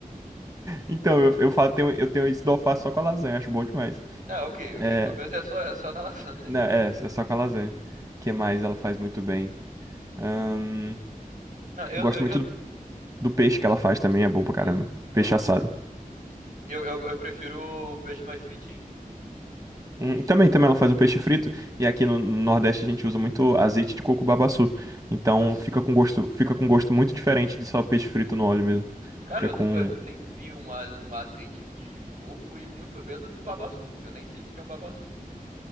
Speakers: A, on the right (about 25°); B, on the right (about 60°).
A: Então, eu, eu falo, tenho, eu tenho isso do alface só com a lasanha, acho bom demais.
B: Ah, ok,
A: É,
B: ok. Pelo menos é só, é só na lasanha. <laughs>
A: não, é, é só com a lasanha. O que mais ela faz muito bem? Ahn,
B: Não, eu,
A: eu gosto
B: eu,
A: muito
B: eu...
A: do, do peixe que ela faz também, é bom pra caramba.
B: Hum,
A: Peixe
B: bom.
A: assado.
B: Eu, eu, eu prefiro o peixe mais fritinho.
A: Hum, Também, também ela faz um peixe frito e aqui no no Nordeste a gente usa muito azeite de coco babaçu. Então
B: Putz.
A: fica com gosto, fica com gosto muito diferente de só peixe frito no óleo mesmo.
B: Cara,
A: Fica
B: eu
A: com
B: nunca vi- nem vi um, a- um azeite de coco e muito menos o babaçu. Eu nem sei o que que é um babaçu.